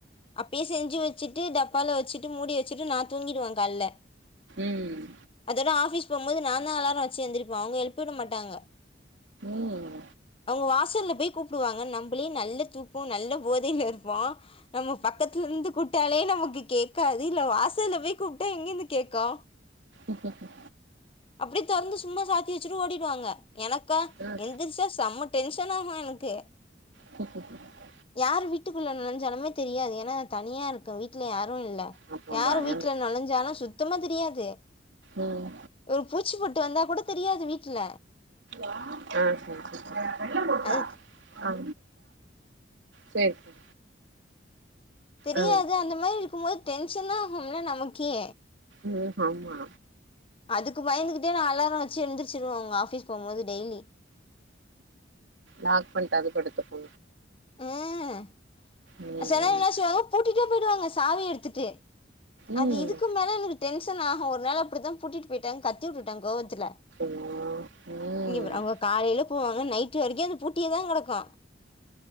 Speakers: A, on the left; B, on the right.
A: அப்பயே செஞ்சு வெச்சிட்டு டப்பால வெச்சிட்டு மூடி வெச்சிட்டு நா தூங்கிடுவே கால்ல
B: ம்
A: அதோட ஆபீஸ் போம்போது நா தா அலார வச்சு எந்திரிப்பே அவுங்க எழுப்பி உட மாட்டாங்க
B: ம்
A: வாசல்ல போய் கூப்டுவாங்க நம்பளே நல்ல தூக்கோ நல்ல போதைல இருப்போ நம்ம பக்கத்துலருந்து கூப்ட்டாலே நமக்கு கேக்காது இத்ல வாசல்ல போய் கூப்ட்டா எங்கிருந்து கேக்கு
B: ஓகே <unintelligible>
A: அப்டி தொறந்து சும்மா சாத்தி வச்சுட்டு ஓடிடுவாங்க எனக்கா
B: ஆ
A: எந்திரிச்சா செம்ம டென்ஷன் ஆகு எனக்கு
B: ச <unintelligible>
A: யார் வீட்டுக்குள்ள நொழஞ்சாலுமே தெரியாது ஏனா தனியா இருக்கோ வீட்ல யா ரு இல்ல
B: ஆமாம்பா
A: யாரு வீட்ல
B: எனக்கு
A: நொழஞ்சாலு சுத்தமா தெரியாது
B: ம்
A: ஒரு பூச்சி பொட்டு வந்தா கூட தெரியாது வீட்ல
B: ஆ செரி செரி
A: அது
B: ஆ சேர் சேரி
A: தெரியாது
B: ஆ
A: அந்த மாரி இருக்கு போது டென்ஷனா ஆகும்ல நமக்கே
B: ம் ஆமா
A: அதுக்கு பயந்துகிட்டே நா அலார வெச்சு எந்திருச்சிருவே அவுங்க ஆபீஸ் போம்போது டெய்லி
B: லாக் பண்ட்டாது படுத்துப்போ
A: ம்
B: ம்
A: செலர் என்ன செய்வாங்க பூட்டிட்டே போயிடுவாங்க சாவி எடுத்துட்டு
B: ம்
A: அது இதுக்கு மேல எனக்கு டென்ஷன் ஆகு ஒரு நாள் அப்டித்தா பூட்டிட்டு போய்ட்டாங்க கத்தி உட்டுட்டே கோவத் ட்ல
B: ம் ம்
A: இங்க பாரு அவுங்க காலைல போவாங்க நைட்டு வரைக்கு அது பூட்டியே தா கெடக்கு